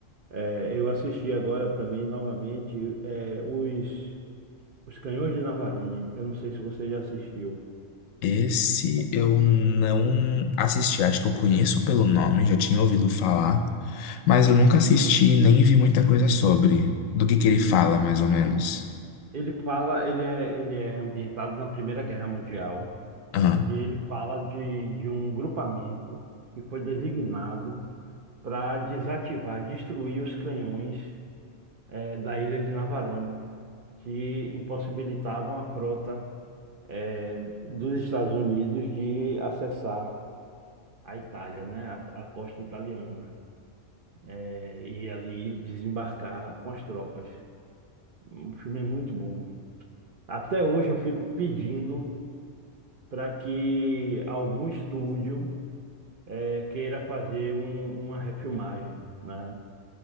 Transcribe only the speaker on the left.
Esse eu não assisti, acho que eu conheço pelo nome, já tinha ouvido falar, mas eu nunca assisti nem vi muita coisa sobre. Do que que ele fala, mais ou menos.
Aham.